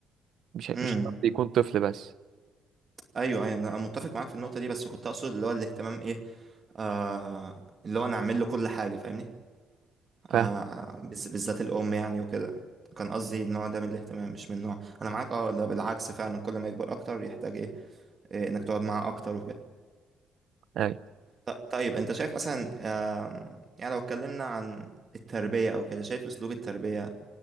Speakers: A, on the right; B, on the right.
A: مش
B: علينا
A: مش شرط يكون طفل بس
B: ايوه ايوه انا متفق معاك في النقطه دي بس كنت اقصد اللي هو الاهتمام ايه آه اللي هو انا اعمل له كل حاجه فاهمني
A: فاهم
B: آه بالز- بالذات الام يعني وكده كان قصدي النوع ده من الاهتمام مش من نوع انا معاك اه ده بالعكس فعلا كل ما يكبر اكتر يحتاج ايه, إيه انك تقعد معاه اكتر وكده
A: اي
B: ط- طيب انت شايف مثلا آه يعني لو اتكلمنا عن التربيه او كده شايف اسلوب التربيه